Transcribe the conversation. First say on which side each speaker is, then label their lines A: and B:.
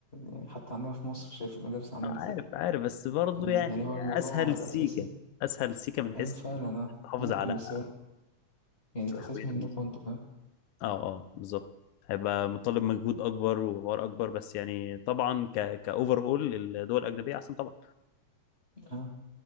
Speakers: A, on the left (about 35°); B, on the left (about 80°).
A: يعني حتى عندنا في مصر شايف المدارس عاملة
B: عارف
A: ازاي
B: عارف بس برضه
A: يعني
B: يعني
A: هو والله الموضوع
B: اسهل
A: الأساسي
B: سيكه اسهل سيكه من حيث
A: أيوه فعلا اه
B: تحافظ
A: ممكن
B: على
A: بس هو يعني الأساس
B: هويتك
A: منكم
B: مثلا
A: انتوا فاهم
B: اه اه بالظبط هيبقى مطالب مجهود اكبر وحوار اكبر بس يعني طبعا ك كاوفر اول الدول الاجنبيه احسن طبعا
A: اه